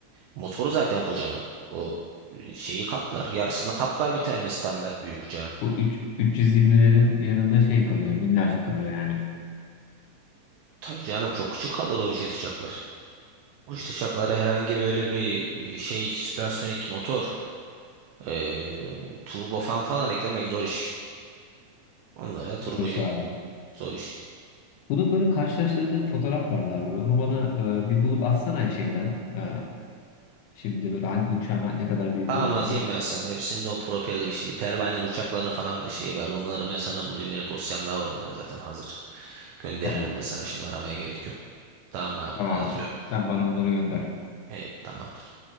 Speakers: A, on the right; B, on the left.
A: Motoru zaten kocaman. O e, şeyi kaplar. Yarısını kaplar bir tane standart büyük uçağın.
B: Bu üç- 320'lerin yanında şey kalıyor minnacık kalıyor yani.
A: Tabii canım çok küçük kalır o jet uçaklar. O jet uçaklara herhangi böyle bir e, şey süpersonik motor, e, turbofan falan eklemek zor iş. Onlara turbojet
B: Zor iş abi.
A: Zor iş.
B: Bunun böyle karşılaştırdığı bir fotoğraf vardı abi. Onu bana e, bir bulup atsana şeyden. E, şimdi böyle hangi uçağın ne kadar büyük
A: Tamam
B: olduğunu.
A: atayım ben sana. Hepsinin de o propeller işi, pervaneler uçaklarına falan da şeyi vardı. Onları ben sana bulayım. Benim dosyamda var onlar zaten hazır. Gönderirim
B: Tamam.
A: ben sana. Şimdi aramaya gerek yok. Tamam abi
B: Tamam
A: hadi atıyorum.
B: abi. Sen bana onları gönder.
A: Evet tamamdır.